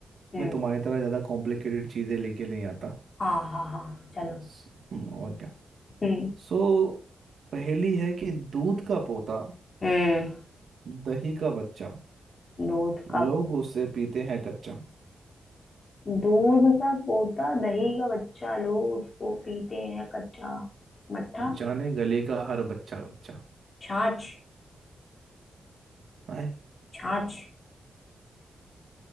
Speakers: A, on the left (about 45°); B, on the right (about 65°).
A: हम्म
B: मैं तुम्हारी तरह ज़्यादा कॉम्प्लिकेटेड चीज़ें लेके नहीं आता
A: हाँ हाँ हाँ चलो
B: स- हम्म, और क्या
A: हम्म
B: सो पहेली है कि दूध का पोता
A: हम्म
B: दही का बच्चा
A: दूध का
B: लोग उसे पीते हैं कच्चा
A: दूध का पोता दही का बच्चा लोग उसको पीते हैं कच्चा मट्ठा
B: जाने गले का हर बच्चा बच्चा
A: छाछ
B: आए
A: छाछ